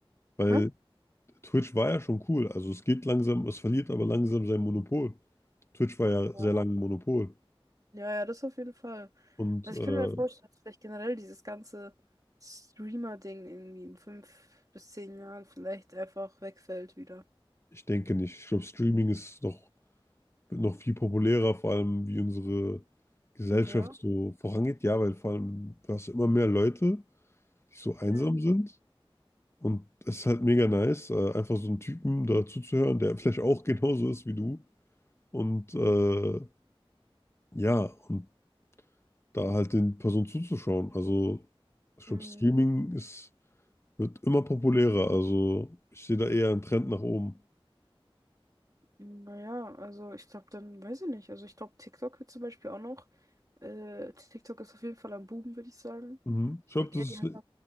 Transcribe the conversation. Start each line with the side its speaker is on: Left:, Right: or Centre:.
Left: weil
Right: Hä?
Left: Twitch war ja schon cool. Also es geht langsam, es verliert aber langsam sein Monopol. Twitch war ja
Right: Ja.
Left: sehr lange ein Monopol.
Right: Ja, ja, das auf jeden Fall.
Left: Und
Right: Also
Left: äh,
Right: ich könnte mir vorstellen, dass vielleicht generell dieses ganze Streamer-Ding irgendwie in fünf bis zehn Jahren vielleicht einfach wegfällt wieder.
Left: ich denke nicht. Ich glaube, Streaming ist noch, wird noch viel populärer, vor allem wie unsere Gesellschaft
Right: Ja.
Left: so vorangeht. Ja, weil vor allem du hast immer mehr Leute, die so einsam
Right: Ja.
Left: sind. Und es ist halt mega nice, äh, einfach so einen Typen da zuzuhören, der <laughs> vielleicht auch genauso ist wie du. Und äh, ja, und da halt den Personen zuzuschauen. Also ich glaube,
Right: Mhm.
Left: Streaming ist Wird immer populärer, also ich sehe da eher einen Trend nach oben.
Right: Naja, also ich glaube dann, weiß ich nicht. Also ich glaube, TikTok wird zum Beispiel auch noch. Äh, TikTok ist auf jeden Fall am Buben, würde ich sagen.
Left: Mhm. Ich
Right: Ich
Left: glaube,
Right: denke
Left: das
Right: eher, die
Left: ist.
Right: hat